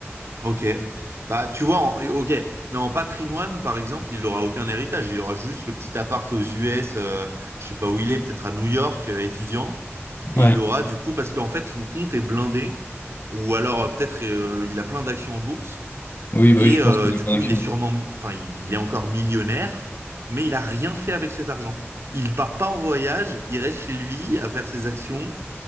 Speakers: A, on the right; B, on the left.
A: Ok. Bah, tu vois, en- ok. Mais en patrimoine, par exemple, il aura aucun héritage. Il aura juste le petit appart aux US, euh, je sais pas où il est, peut-être à New York, euh, étudiant. Et
B: Ouais.
A: il aura, du coup, parce qu'en fait, son compte est blindé. Ou alors, euh, peut-être, euh, il a plein d'actions en bourse.
B: Oui, bah
A: Et
B: oui, je
A: euh,
B: pense qu'il
A: du
B: est en
A: coup,
B: action.
A: il est sûrement, enfin, il il est encore millionnaire, mais il a rien fait avec cet argent. Il part pas en voyage, il reste chez lui à faire ses actions